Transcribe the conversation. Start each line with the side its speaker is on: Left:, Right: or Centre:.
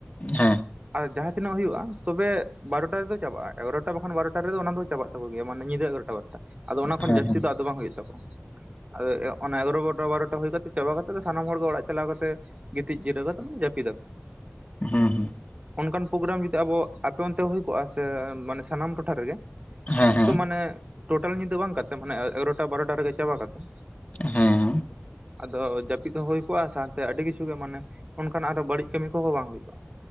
Left: ᱦᱮᱸ
Right: ᱟᱨ ᱡᱟᱦᱟᱸ ᱛᱤᱱᱟᱹᱜ ᱦᱩᱭᱩᱜ-ᱟ ᱛᱚᱵᱮ ᱵᱟᱨᱚᱴᱟ ᱨᱮᱫᱚ ᱪᱟᱵᱟᱜ-ᱟ ᱮᱜᱟᱨᱚᱴᱟ ᱵᱟᱠᱷᱟᱱ ᱵᱟᱨᱚᱴᱟ ᱨᱮᱫᱚ ᱚᱱᱟ ᱫᱚ ᱪᱟᱵᱟᱜ ᱛᱟᱠᱚ ᱜᱮᱭᱟ ᱢᱟᱱᱮ ᱧᱤᱫᱟᱹ ᱮᱜᱟᱨᱚᱴᱟ ᱴᱟ ᱵᱟᱨᱚᱴᱟ ᱟᱫᱚ ᱚᱱᱟ ᱠᱷᱚᱱ
Left: ᱦᱮᱸ
Right: ᱡᱟᱹᱥᱛᱤ ᱫᱚ ᱟᱫᱚ ᱵᱟᱝ ᱦᱩᱭᱩᱜ ᱛᱟᱠᱚᱣᱟ ᱟᱫᱚ ᱚᱱᱟ ᱮᱜᱟᱨᱚᱴᱟ ᱵᱟᱨᱚᱴᱟ ᱦᱩᱭ ᱠᱟᱛᱮ ᱪᱟᱵᱟ ᱠᱟᱛᱮ ᱫᱚ ᱥᱟᱱᱟᱢ ᱦᱚᱲ ᱜᱮ ᱚᱲᱟᱜ ᱪᱟᱞᱟᱣ ᱠᱟᱛᱮᱜ ᱜᱤᱛᱤᱡ ᱡᱤᱨᱟᱹᱣ ᱠᱟᱛᱮ ᱢᱟᱱᱮ ᱡᱟᱹᱯᱤᱫ ᱟᱠᱚ
Left: ᱦᱩᱸ ᱦᱩᱸ
Right: ᱚᱱᱠᱟᱱ ᱯᱨᱳᱜᱨᱟᱢ ᱡᱩᱫᱤ ᱟᱵᱚ ᱟᱯᱮ ᱚᱱᱛᱮ ᱦᱳᱭ ᱠᱚᱜ-ᱟ ᱥᱮ ᱢᱟᱱᱮ ᱥᱟᱱᱟᱢ ᱴᱚᱴᱷᱟ ᱨᱮᱜᱮ ᱾
Left: ᱦᱮᱸ ᱦᱮᱸ ᱦᱮᱸ
Right: ᱛᱚ ᱢᱟᱱᱮ ᱴᱳᱴᱟᱞ ᱧᱤᱫᱟᱹ ᱵᱟᱝ ᱠᱟᱛᱮ ᱢᱟᱱᱮ ᱮᱜᱟᱨᱚᱴᱟ ᱵᱟᱨᱚᱴᱟ ᱨᱮᱜᱮ ᱪᱟᱵᱟ ᱠᱟᱛᱮ ᱾
Left: ᱦᱮᱸ
Right: ᱟᱫᱚ ᱡᱟᱹᱯᱤᱫ ᱦᱚᱸ ᱦᱩᱭ ᱠᱚᱜ-ᱟ ᱥᱟᱶᱛᱮ ᱟᱹᱰᱤ ᱠᱤᱪᱷᱩ ᱜᱮ ᱢᱟᱱᱮ ᱚᱱᱠᱟᱱᱟᱜ ᱟᱨᱚ ᱵᱟᱹᱲᱤᱡ ᱠᱟᱹᱢᱤ ᱠᱚᱦᱚᱸ ᱵᱟᱝ ᱦᱩᱭ ᱠᱚᱜ-ᱟ,